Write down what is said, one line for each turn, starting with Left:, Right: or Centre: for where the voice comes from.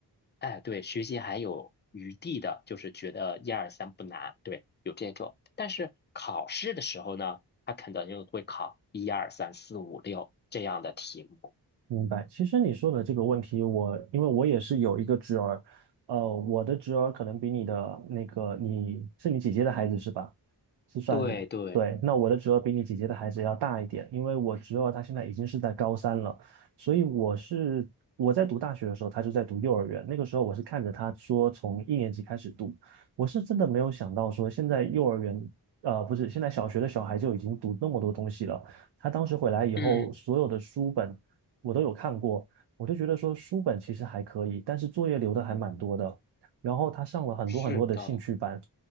Left: 哎，对，学习还有余地的，就是觉得一二三不难，对，有这种。但是考试的时候呢，他肯定会考一二三四五六这样的题目。
Right: 明白。其实你说的这个问题，我因为我也是有一个侄儿，呃，我的侄儿可能比你的那个你是你姐姐的孩子是吧？是算，
Left: 对对，
Right: 对，那我的侄儿比你姐姐的孩子要大一点，因为我侄儿他现在已经是在高三了，所以我是我在读大学的时候，他就在读幼儿园，那个时候我是看着他说从一年级开始读，我是真的没有想到说现在幼儿园。呃，不是，现在小学的小孩就已经读那么多东西了。他当时回来以后，
Left: 嗯，
Right: 所有的书本我都有看过，我就觉得说书本其实还可以，但是作业留的还蛮多的。然后他上了很多很多的兴趣班，
Left: 是的，